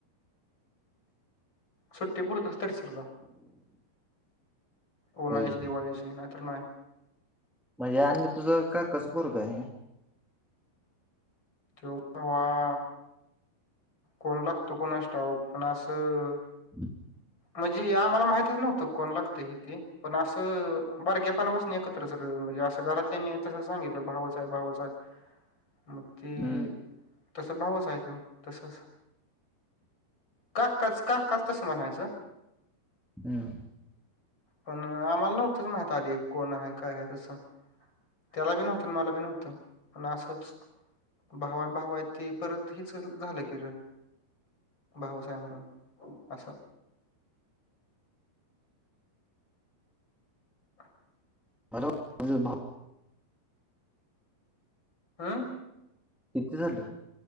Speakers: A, on the left (about 25°); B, in the centre.
A: सुट्टी पुरतच तडसरला. उन्हाळ्याची,
B: होय
A: दिवाळीची ना नाय.
B: म्हणजे आनि तुझं काकाचं पोरगं हाय काय?
A: <unintelligible> कोण लागतो कुणास ठाऊक, पण असं
B: <unintelligible>
A: म्हणजे आम्हाला माहतीच नव्हतं कोण लागत हे ते, पण असं बारक्यापणा पासन एकत्र तर म्हणजे, असं घरातल्या तसं सांगितलं भाऊच हाय, भाऊच हाय. मग ते,
B: हम्म
A: तस भाऊच हाय त्यो तसच. काकाच, काका तसं म्हणायचं.
B: हम्.
A: पण आम्हाला नव्हतं माहीत आधी कोण हाय, काय हाय तसं. त्याला बी नव्हतं, मला बी नव्हतं पण असच भावा -भावा हाय ते परत हिच चल झालं की र. भाऊच आहे म्हणून असं. <unintelligible>
B: <unintelligible>
A: अंम्म.
B: किती झालं?